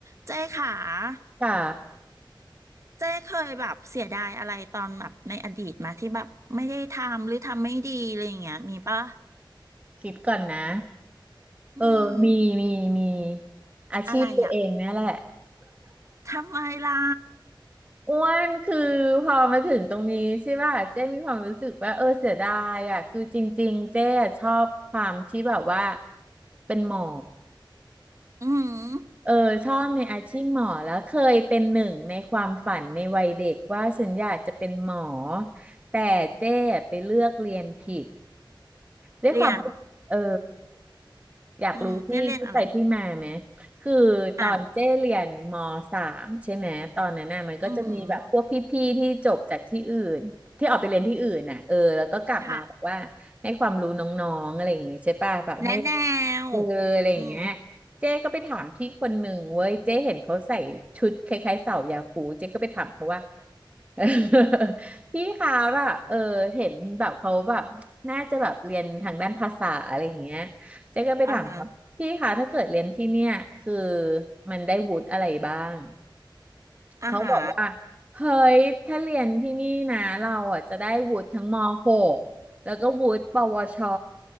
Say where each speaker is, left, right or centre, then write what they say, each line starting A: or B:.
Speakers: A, on the right; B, on the right.
A: เจ้ค่ะ
B: ค่ะ
A: เจ้เคยแบบเสียดายอะไรตอนแบบในอดีตมาที่แบบไม่ได้ทำหรือทำไม่ดีอะไรอย่างเงี้ยมีปะ
B: คิดก่อนนะ
A: อืม
B: เออมีมีมีอาชีพตัวเองเนี่ยแหละ
A: อะไรอะทำไมล่ะ
B: อ้วนคือพอมาถึงตรงนี้ใช่ป่ะเจ้มีความรู้สึกว่าเออเสียดายอ่ะคือจริงๆเจ้อะชอบความที่แบบว่าเป็นหมอ
A: อืม
B: เออชอบในอาชีพหมอแล้วเคยเป็นหนึ่งในความฝันในวัยเด็กว่าฉันอยากจะเป็นหมอแต่เจ้ไปเลือกเรียนผิด ด้วยความ
A: เรียน
B: เอออยากรู้ที่ที่ไปที่มาไหม
A: อืมเจ้เรียนอะไร
B: คือตอนเจ้เรียนมสามใช่ไหม
A: อ่ะ
B: ตอนนั้นน่ะมันก็จะมีแบบพวกพี่ๆที่จบจากที่อื่นที่ออกไปเรียนที่อื่นน่ะเออแล้วก็กลับมาแบบว่าให้ความรู้น้องๆอะไรอย่างงี้ใช่ป่ะแบบให้
A: อืมอืมค่ะแนะแนว
B: เอออะไรอย่างเงี้ย
A: อืม
B: เจ๊ก็ไปถามพี่คนหนึ่งเว้ย เจ๊เห็นเขาใส่ชุดคล้ายๆสาวยาคูเจ๊ก็ไปถามเขาว่า <laughs> พี่คะแบบเออเห็นแบบเขาแบบน่าจะแบบเรียนทางด้านภาษาอะไรอย่างเงี้ยเจ๊ก็ไปถามเขาพี่คะถ้าเกิดเรียนที่เนี่ยคือ
A: อ่าฮะ
B: มันได้วุฒิอะไรบ้าง
A: อ่าฮะ
B: เขาบอกว่าเฮ้ยถ้าเรียนที่นี่นะเราอ่ะจะได้วุฒิทั้งม .6 แล้วก็วุฒิปวช